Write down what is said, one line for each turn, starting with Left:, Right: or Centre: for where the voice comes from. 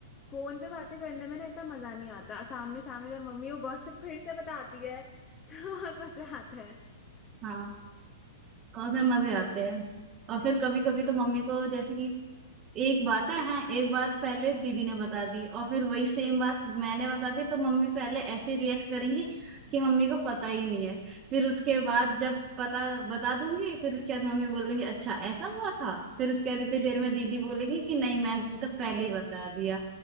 Left: फोन पे बातें करने में ना इतना मजा नहीं आता सामने सामने जब मम्मी वो गॉसिप फिर से बताती है <laughs> तो बहुत मजा आता
Right: हाँ तो उसमें मजे आते हैं और फिर कभी कभी तो मम्मी को जैसे कि एक बात है हाँ एक बात पहले दीदी ने बता दी और फिर वही सेम बात मैंने बता दी तो मम्मी पहले ऐसे रिएक्ट करेंगी
Left: है
Right: कि मम्मी को पता ही नहीं है फिर उसके बाद जब पता बता दूंगी फिर उसके बाद मम्मी बोलेंगी अच्छा ऐसा हुआ था फिर उसके बाद इतनी देर में दीदी बोलेगी कि नहीं मैंने तो पहले ही बता दिया